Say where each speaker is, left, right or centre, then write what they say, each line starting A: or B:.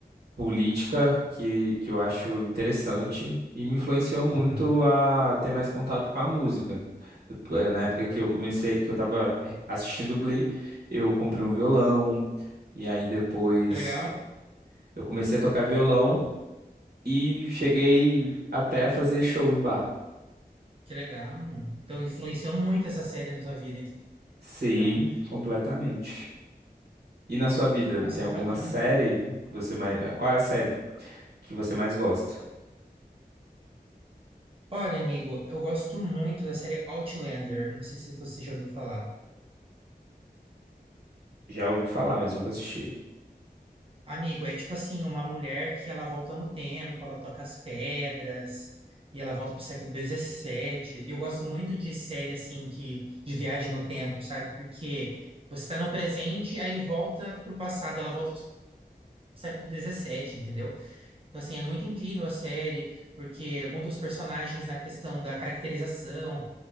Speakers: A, on the right; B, on the right.
A: política que, que eu acho interessante e me influenciou muito
B: aham,
A: a ter mais contato com a música. Eh, Na época
B: aham.
A: que eu comecei, que eu tava assistindo Glee, eu comprei um violão. E aí depois
B: Que legal,
A: eu comecei a tocar violão e cheguei até a fazer show em bar.
B: que legal. Então, influenciou muito essa série na tua vida,
A: Sim,
B: então.
A: completamente. E na sua vida,
B: Nossa,
A: tem
B: que
A: alguma
B: bacana.
A: série que você mais. Qual é a série que você mais gosta?
B: Olha, amigo, eu gosto muito da série Outlander. Não sei se você já ouviu falar.
A: Já ouvi falar, mas nunca assisti.
B: Amigo, é tipo assim, uma mulher que ela volta no tempo, ela toca as pedras, e ela volta pro século dezessete. E eu gosto muito de série, assim, que, de viagem no tempo, sabe? Porque você tá no presente, aí volta pro passado, ela volta pro século dezessete, entendeu? Então, assim, é muito incrível a série, porque muda os personagens na questão da caracterização,